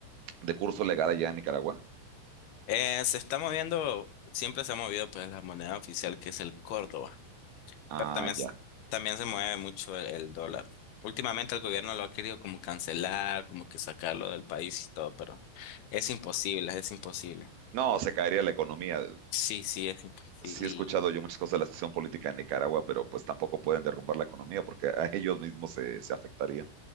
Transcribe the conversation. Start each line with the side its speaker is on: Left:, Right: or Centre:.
Right: de curso legal allá en Nicaragua?
Left: Eh, se está moviendo, siempre se ha movido pues la moneda oficial que es el Córdoba,
Right: Ah,
Left: pero también, s-
Right: ya.
Left: también se mueve mucho el, el dólar. Últimamente el gobierno lo ha querido como cancelar, como que sacarlo del país y todo, pero es imposible, es imposible.
Right: No, se caería la economía.
Left: Sí, sí, es imposible. Sí,
Right: sí
Left: y-
Right: he escuchado yo muchas cosas de la situación política en Nicaragua, pero pues tampoco pueden derrumbar la economía porque a <laughs> ellos mismos se, se afectaría.